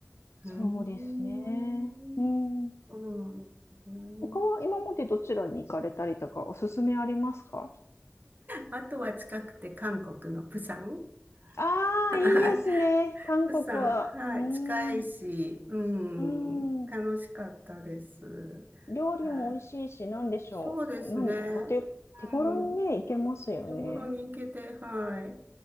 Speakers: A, on the left; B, on the right.
A: そうですね。
B: うん、
A: うん。
B: そうなんですね。
A: 他は今までどちらに行かれたりとか、おすすめありますか
B: あとは近くて韓国のプサン。
A: ああ、
B: <laughs>
A: いいですね。韓国は。
B: プサン、はい、
A: うーん。
B: 近いし、
A: う
B: うん、
A: ー
B: 楽しかったです。
A: ん。料理も美味しいし、
B: はい、
A: なんでしょう。
B: そうですね。
A: なん、お手、手頃にね、
B: うん、
A: 行けますよね。
B: 手頃に行けて、はい。